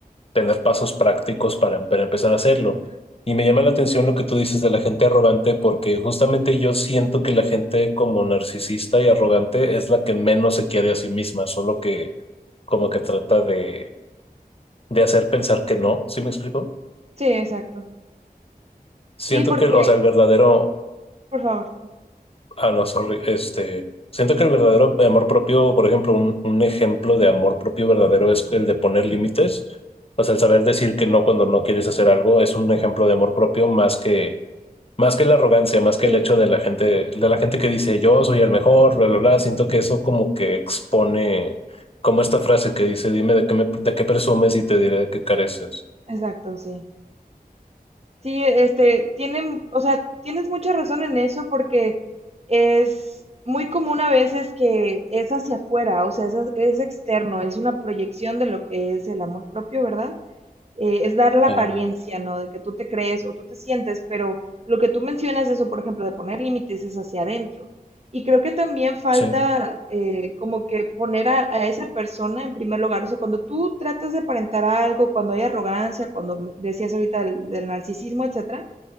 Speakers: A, on the left (about 40°); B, on the right (about 40°).
A: tener pasos prácticos para, em- para empezar a hacerlo. Y me llama la atención lo que tú dices de la gente arrogante, porque justamente yo siento que la gente como narcisista y arrogante es la que menos se quiere a sí misma, solo que como que trata de, de hacer pensar que no, ¿sí me explico?
B: Sí, exacto. Sí,
A: Siento
B: porque,
A: que, o sea, el verdadero
B: por favor.
A: Ah, no, sorry. Este, siento que el verdadero amor propio, por ejemplo, un, un ejemplo de amor propio verdadero es el de poner límites. O sea, el saber decir que no cuando no quieres hacer algo es un ejemplo de amor propio más que, más que la arrogancia, más que
B: Sí,
A: el hecho de la gente, de la gente que dice yo soy el mejor, bla, bla, bla. Siento que eso como que expone, como esta frase que dice, dime de qué me, de qué presumes y te diré de qué careces.
B: exacto, sí. Sí, este, tienen, o sea, tienes mucha razón en eso porque es muy común a veces que es hacia afuera, o sea, es, es externo, es una proyección de lo que es el amor propio, ¿verdad? eh, es dar la
A: Eh,
B: apariencia, ¿no? De que tú te crees o tú te sientes, pero lo que tú mencionas, eso, por ejemplo, de poner límites es hacia adentro. Y creo que también falta
A: sí.
B: eh, como que poner a, a, esa persona en primer lugar. O sea, cuando tú tratas de aparentar algo, cuando hay arrogancia, cuando decías ahorita del, del narcisismo, etcétera,